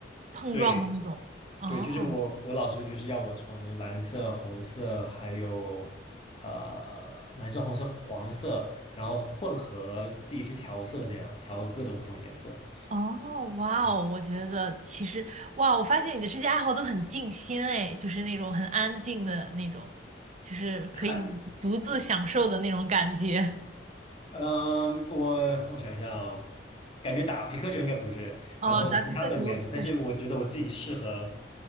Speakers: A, on the right; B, on the left.
A: 碰撞的那种。
B: 对
A: 哦
B: 对，就是我我老师就是要我从蓝色、红色，还有呃蓝色、红色、黄色，然后混合自己去调色，这样调各种不同颜色。
A: 哦，哇哦，
B: 嗯，
A: 我觉得其实哇，我发现你的这些爱好都很静心哎，就是那种很安静的那种，就是可以独自享受的那种感觉。
B: 还嗯，我我想一下哦，感觉打皮克球应该不是，
A: 哦，
B: 然后其他的应该是，
A: 打匹克球确实
B: 但是我觉得我自己适合